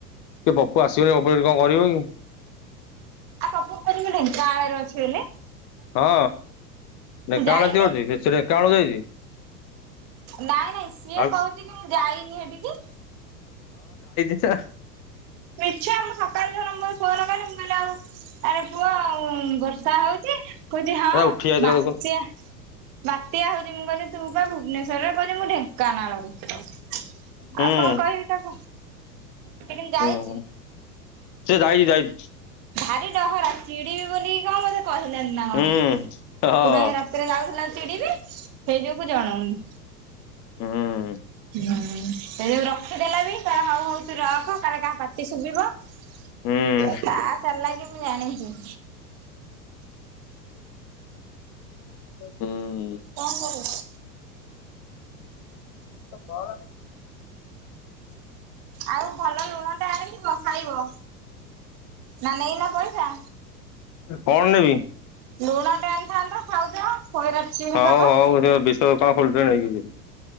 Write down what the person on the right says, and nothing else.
ଆଉ ପପୁ କୁ କହୁଛି ମୁ ଢେଙ୍କାନାଳ ରେ ଅଛି ବେଲି।
ଯାଇନି?
ନାଇଁ ନାଇଁ ସିଏ
କହୁଛି କି ମୁଁ ଯାଇନି ହେଠିକି।
ମିଛେ ଆଉ ମୁଁ ସକାଳୁ ଯୋଉନ ମୁଁ ଫୋନ କଲି କହିଲି ଆଉ ଆରେ ପୁଅ। ଉଁ ବର୍ଷା ହଉଛି କହୁଛି ହଁ
ବାତ୍ୟା
ବା ବାତ୍ୟା ହଉଛି ମୁଁ କହିଲି ତୁ ବା ଭୁବନେସ୍ୱରରେ କହୁଚି ମୁଁ ଢେଙ୍କାନାଳରେ। ଆଉ
କଣ କହିବି ତାକୁ। ସେ କିନ୍ତ ଯାଇ
ଭାରି ଡହରା ଚିଡିବି ବୋଲିକି କଣ ବୋଧେ। କହିଲାନି ନା କଣ
ତୋ
ସାଙ୍ଗେ ରାତିରେ ଯାଉଥିଲା। ଚିଡିବି ସେଇ ଯୋଗୁ ଜଣଉନି।
ହୁଁ ସେଇ ଯୋଗୁ ରଖିଦେଲା ବି କହିଲା ହଉ ହଉ ତୁ ରଖ କାଳେ କାହା ପାଟି ଶୁଭିବ। ସେ
ତା ଚାଲାକୀ କି ମୁଁ ଜାଣିଛି। ଉଁ।
କଣ କରିବ।
ଆଉ ଭଲ ଲୁଣ ଟା ଆଣିଥିବ ଖାଇବ ନା ନେଇନ ପଇସା।
ଲୁଣ ଟେ ଆଣିଥାନ୍ତ ଖାଉଛ। ଖଇରା ଚିରି
କରିଦ